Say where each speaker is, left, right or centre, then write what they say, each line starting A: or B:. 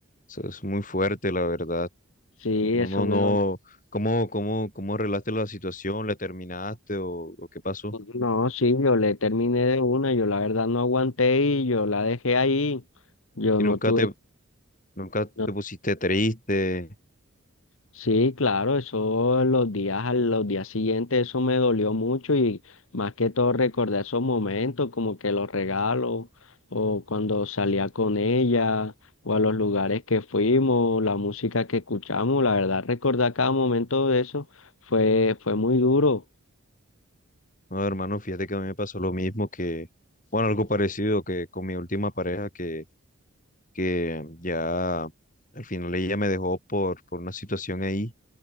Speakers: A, on the left; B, on the left.
A: eso es muy fuerte, la verdad,
B: sí,
A: no,
B: eso
A: no,
B: me
A: no,
B: dolió.
A: ¿cómo, cómo, cómo arreglaste la situación? ¿Le terminaste o, o qué pasó?
B: No, sí, yo le terminé de una, yo la verdad no aguanté y yo la dejé ahí, yo
A: Y
B: no
A: nunca
B: tuve...
A: te, nunca
B: no
A: te pusiste triste.
B: Sí, claro, eso los días, a los días siguientes, eso me dolió mucho y más que todo recordé esos momentos, como que los regalos, o cuando salía con ella, o a los lugares que fuimos, la música que escuchamos, la verdad, recordar cada momento de eso fue, fue muy duro.
A: No, hermano, fíjate que a mí me pasó lo mismo que, bueno, algo parecido que con mi última pareja que, que ya al final ella me dejó por, por una situación ahí.